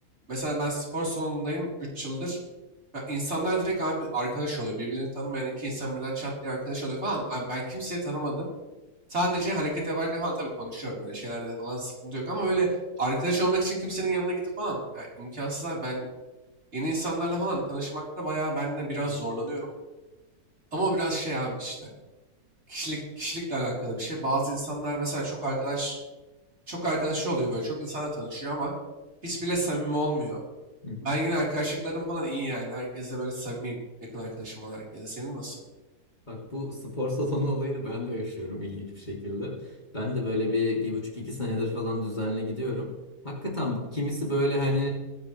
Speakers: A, on the right; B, on the left.
A: Mesela ben spor salonundayım 3 yıldır. Ya İnsanlar direkt abi arkadaş oluyor. Birbirlerini tanımayan iki insan birden çat diye arkadaş oluyor falan. Abi ben kimseyi tanımadım. Sadece hareket yaparken falan tabii konuşuyorum. Böyle şeylerde falan sıkıntı yok. Ama öyle arkadaş olmak için kimsenin yanına gidip falan. Yani imkansız abi ben yeni insanlarla falan tanışmakta bayağı ben de biraz zorlanıyorum. Ama o biraz şey abi işte. Kişilik, kişilikle alakalı bir şey. Bazı insanlar mesela çok arkadaş, çok arkadaşı oluyor böyle. Çok insanla tanışıyor ama hiçbiriyle samimi olmuyor.
B: hı hı.
A: Ben yine arkadaşlıklarım falan iyi yani. Herkesle böyle samimiyim. Yakın arkadaşım olan herkese. Senin nasıl?
B: Bak bu spor salonu olayını ben de yaşıyorum ilginç bir şekilde. Ben de böyle bir, bir buçuk iki senedir falan düzenli gidiyorum. Hakikaten bu- kimisi böyle hani